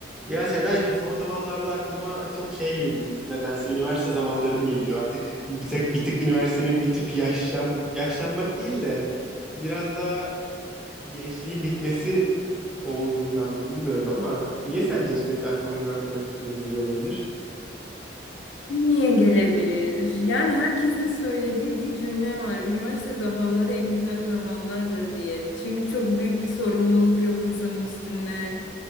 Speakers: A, in the centre; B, on the left.
A: Ya Sedacığım son zamanlarda aklıma çok şey geliyor. Nedense üniversite zamanlarım geliyor. Artık bir tek bir tık üniversitenin bitip yaşlan yaşlanmak değil de biraz da gençliğin bitmesi olduğundan mı bilmiyorum ama niye sence sürekli aklıma üniversite vakitlerim geliyor olabilir?
B: Niye gelebilir? Yani herkesin söylediği bir cümle var. Üniversite zamanları en güzel zamanlardır diye. Çünkü çok büyük bir sorumluluk yok insanın üstünde.